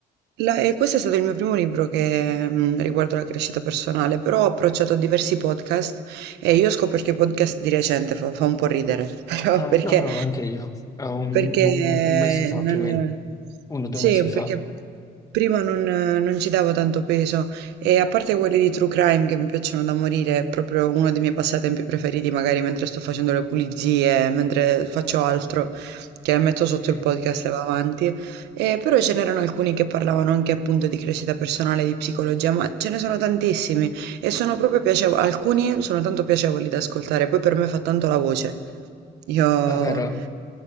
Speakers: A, on the right; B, on the left.
A: La- e questo è stato il mio primo libro che mh, riguardo la crescita personale, però ho approcciato a diversi podcast e io ho scoperto i podcast di recente, fa, fa un po' ridere, <laughs> però
B: Ah,
A: perché,
B: no, no, anche io. Eh, Un,
A: perché
B: un- un mese fa
A: non,
B: più o meno, uno o due
A: sì,
B: mesi fa.
A: perché prima non, non ci davo tanto peso e a parte quelli di True Crime che mi piacciono da morire, è proprio uno dei miei passatempi preferiti, magari mentre sto facendo le pulizie, mentre faccio altro, che metto
B: Sì.
A: sotto il podcast e va avanti. Eh, però ce n'erano alcuni che parlavano anche appunto di crescita personale, di psicologia, ma ce ne sono tantissimi e sono proprio piacevoli, alcuni sono tanto piacevoli da ascoltare, poi per me fa tanto la voce. Io
B: Ah, vero?